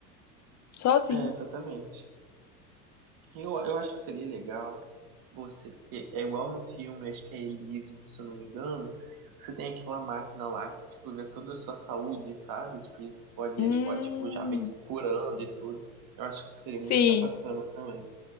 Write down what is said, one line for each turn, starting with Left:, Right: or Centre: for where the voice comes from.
Left: sozinho.
Right: é, exatamente. Eu, eu acho que seria legal. Você é é igual no filme, acho que é Elysium, se eu não me engano. Você tem aquela máquina lá que tipo vê toda a sua saúde, sabe? Tipo, e você pode,
Left: Hum,
Right: eles podem tipo já meio que ir curando e tudo. Eu acho que isso seria muito
Left: sim,
Right: da bacana também.